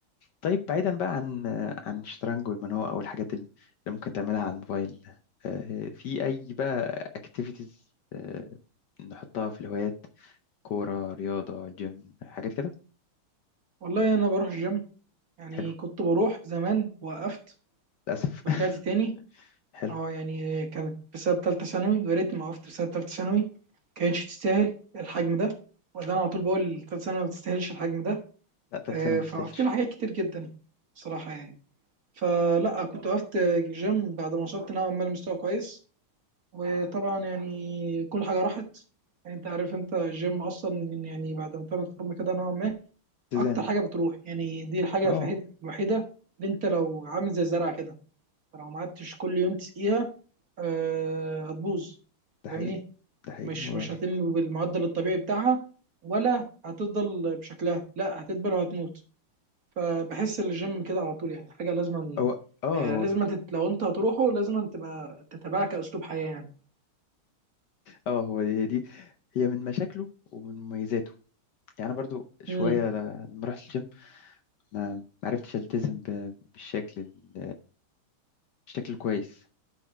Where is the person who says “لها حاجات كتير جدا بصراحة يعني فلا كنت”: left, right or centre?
Right